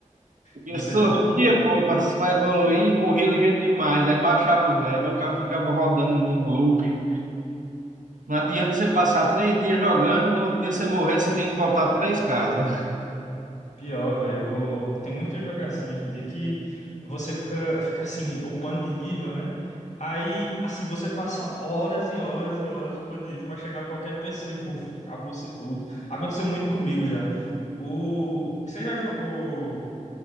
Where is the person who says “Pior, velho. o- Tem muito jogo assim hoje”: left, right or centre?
Left